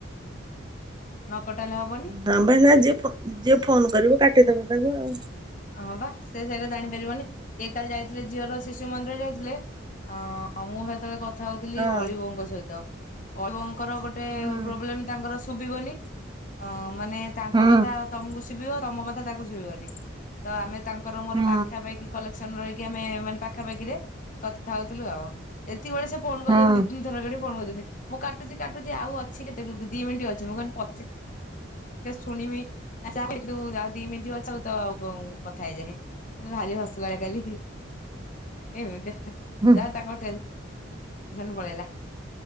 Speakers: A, on the left; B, on the right.
A: ନ କଟା ହେଲେ ହବନି।
B: ହଁ ବାନା ଯିଏ ଫୋ, ଯିଏ ଫୋନ କରିବ କାଟିଦବ ତାକୁ ଆଉ।
A: ହଁ ବା ସେ ସେଇଟା ଜାଣିପାରିବନି, ଇଏ କାଲି ଯାଇଥିଲେ ଝିଅର ଶିଶୁ ମନ୍ଦିର ଯାଇଥିଲେ‌, ହଁ, ମୁଁ ସେତେବେଳେ କ କଥା ହଉଥିଲି
B: ହଁ।
A: ଅଳିବୋଉଙ୍କ ସହିତ, ଅଳିବଉଙ୍କର ଗୋଟେ
B: ହୁଁ
A: ପ୍ରୋବ୍ଲେମ୍ ତାଙ୍କର ଶୁଭିବନି। ଅ ମାନେ ତାଙ୍କ
B: ହୁଁ
A: କଥା ତମକୁ ଶୁଭିବ, ତମ କଥା ତାଙ୍କୁ ଶୁଭିବନି। ତ ଆମେ ତାଙ୍କର ମୋର
B: ହୁଁ
A: ପାଖାପାଖି କଲେ କ୍ସନ ରହିକି ଆମେ ମାନେ ପାଖାପାଖିରେ କଥା ହଉଥିଲୁ ଆଉ। ଏତିକି ବେଳେ ସେ ଫୋନ୍ କରଛନ୍ତି
B: ହୁଁ।
A: ଦି ତି ନି ଥର କରିକି ଫୋନ୍ କରିଛନ୍ତି। ମୁଁ କାଟୁଛି-କାଟୁଛି ଆଉ ଅଛି କେତେ ଦି ମିନିଟ୍ ଅଛି ମୁଁ କହିଲି ପଛେ ଶୁଣିବି <unintelligible> ଦି ମିନିଟ୍ ଅଛି ତ ଆଉ। କଉଁ କଥା ହେଇଯାଏଁ ମତେ ଭାରି ହସମାରିଲା କାଲି ଏମତି।
B: ହୁଁ।
A: ଯା ତାଙ୍କନ ଟେନ୍ସନ ପଳେଇଲା,